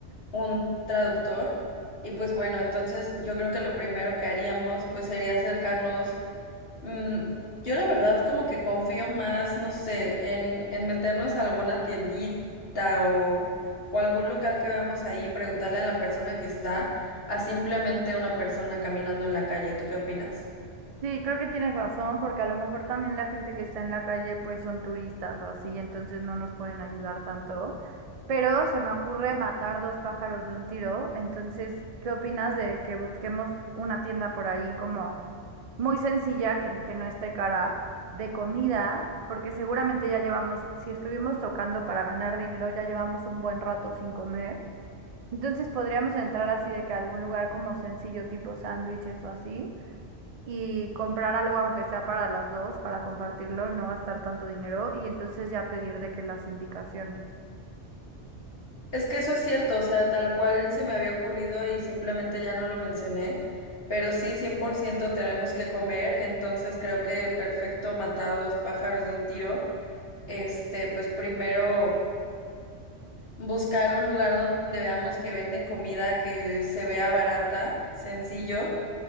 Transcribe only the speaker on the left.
un traductor. Y pues bueno, entonces yo creo que lo primero que haríamos pues sería acercarnos. mm, yo la verdad como que confío más, no sé, en, in- en meternos a alguna tiendita o, o algún local que veamos ahí, preguntarle a la persona que está, a simplemente una persona caminando en la calle. ¿Tú qué opinas?
Es que eso es cierto, o sea, tal cual se me había ocurrido y simplemente ya no lo mencioné, pero sí, 100% tenemos que comer, entonces creo que perfecto matar dos pájaros de un tiro. Este, pues primero buscar un lugar donde veamos que venden comida que se vea barata, sencillo,